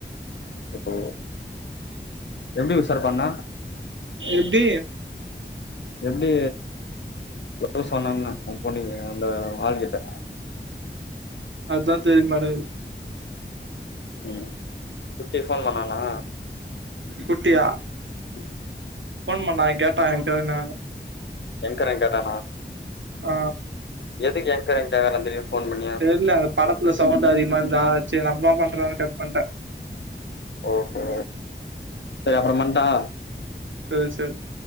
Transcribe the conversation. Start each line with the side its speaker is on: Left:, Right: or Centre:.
Left: ஓ எப்டி உஷார்ப்பண்ண
Right: எப்டி
Left: எப்டி லவ் சொன்னன்ன ஓ பொண்ணி அந்த ஆள்கிட்ட
Right: அதா தெரியமாட்டங்குது
Left: ம் குட்டிஃபோன் பண்ணானா
Right: குட்டியா
Left: ம்
Right: ஃபோன் பண்ணா கேட்டாங்க எங்கிட்ட ஒன்ன
Left: எங்க்கரேங் கேட்டானா
Right: அ
Left: எதுக் கேக்ற என்ட்ட இதல்லா திருப்பி ஃபோன் பண்ணி
Right: இல்ல அந் படத்துல சவுண்டு அதிகமார்ந்தா சேர் நம்பம்மான்றதனால கட் பன்ட்டன்
Left: ஓஹோ சரி அப்புறம்பன்ட்டா
Right: சரி சரி